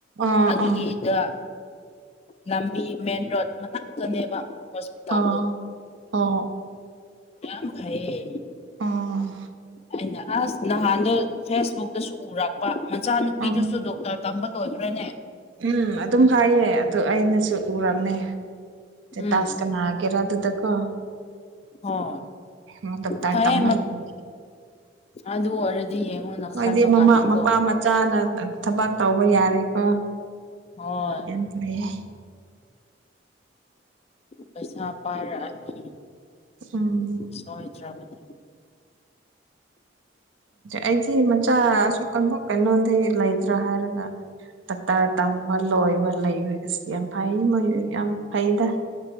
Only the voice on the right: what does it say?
ꯑꯥ
ꯑꯥ
ꯑꯣ ꯑꯣ
ꯑꫭ
ꯑꯣ
ꯎꯝ ꯑꯗꯨꯝ ꯍꯥꯏꯌꯦ ꯑꯗꯨ ꯑꯩꯅꯁꯨ ꯎꯔꯝꯃꯦ
ꯇꯥꯁꯀꯅꯥ <unintelligible> ꯀꯦꯔ ꯑꯗꯨꯗ ꯀꯣ
ꯃ ꯇꯔ
ꯇꯝꯕꯅ <unintelligible> ꯎꯝ
ꯃꫭꯏꯗꯤ
ꯃꯃꯥ
ꯃꯄꯥ ꯃꯆꯥꯅ ꯗꯛꯇꯔ ꯊꯕꯛ ꯇꯧꯕ ꯌꯥꯔꯦꯀꯣ
ꯌꯥꯝ ꯐꯩꯌꯦ
ꯎꯝ
ꯑꯩꯗꯤ ꯃꯆꯥ ꯑ ꯑꯃꯛ ꯀꯩꯅꯣꯗꯤ ꯂꯩꯗ꯭ꯔꯥ ꯍꯥꯏꯔꯒ ꯗꯥꯛꯇꯔ ꯇꯝꯕ ꯂꯣꯏꯕ ꯂꯩꯕ ꯑꯁꯤ ꯌꯥꯝ ꯐꯩ ꯃꯣꯏ ꯌꯥꯝ ꯐꯩꯗ